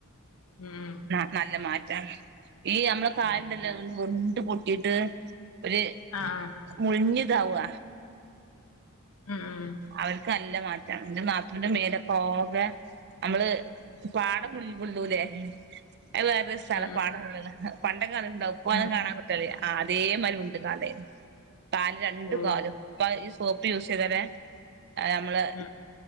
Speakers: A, on the left; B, on the right.
A: ഉം
B: ആഹ് നല്ല മാറ്റാണ് അമ്മളെ കാല്ണ്ല്ലോ
A: അത്
B: വ്ണ്ട്പൊട്ടിയിട്ട് ര്
A: ആഹ് ആഹ്.
B: മുഴിഞ്ഞിതാവുക
A: ഉം ഉം
B: അവർക്ക് നല്ല മാറ്റണ് എന്റെ നത്തുന്റെ മേലക്കൊ ആകെ നമ്മള്പാടപുൾപൊള്ളൂലേഅയ് വേറേരസാണ്പാടപൊള്ളുണ്
A: ഉം
B: പണ്ടൊകാലണ്ടാവുംഇപ്പോലെ
A: ഉം ഉം.
B: കാണാകിട്ടല്ലആതേമലുണ്ട്കാലന്ന് കാല് രണ്ടു
A: ഓഹ്
B: കാലും ഇപ്പ ഈ സോപ്പ് യൂസയ്തവരെനമ്മള്
A: ഉം